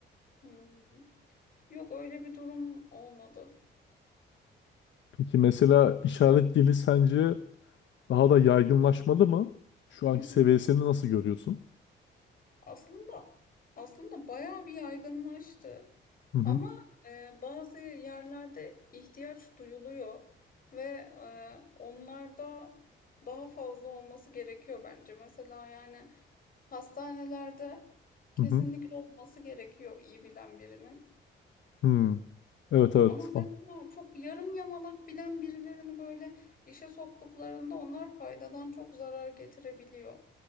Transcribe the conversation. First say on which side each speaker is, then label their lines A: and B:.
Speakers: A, on the left (about 45°); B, on the left (about 65°).
A: Hmm. Yok öyle bir durum olmadı.
B: Peki mesela işaret dili sence daha da yaygınlaşmalı mı? Şu anki
A: Hı hı.
B: seviyesini nasıl görüyorsun?
A: Aslında aslında bayağı bir yaygınlaştı.
B: Hı hı.
A: Ama e, bazı yerlerde ihtiyaç duyuluyor ve e, onlarda daha fazla olması gerekiyor bence. Mesela yani hastanelerde kesinlikle
B: Hı hı.
A: olması gerekiyor iyi bilen birinin.
B: Hmm. Evet evet.
A: Ama mesela çok yarım yamalak bilen birilerini böyle işe soktuklarında onlar faydadan çok zarar getirebiliyor.